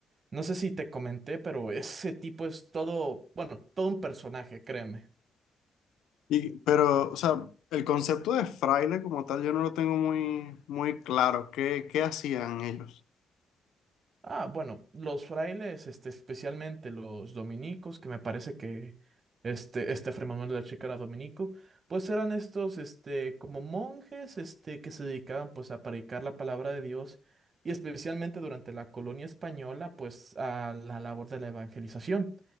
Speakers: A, on the right; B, on the left.
A: No sé si te comenté, pero ese tipo es todo, bueno, todo un personaje, créeme.
B: Y, pero, o sea, el concepto de fraile como tal yo no lo tengo muy, muy claro. ¿Qué, qué hacían ellos?
A: Ah, bueno, los frailes, este, especialmente los dominicos, que me parece que este, este Fray Manuel de la Chica era dominico, pues eran estos, este, como monjes, este, que se dedicaban, pues, a predicar la palabra de Dios y especialmente durante la colonia española, pues, a la labor de la evangelización,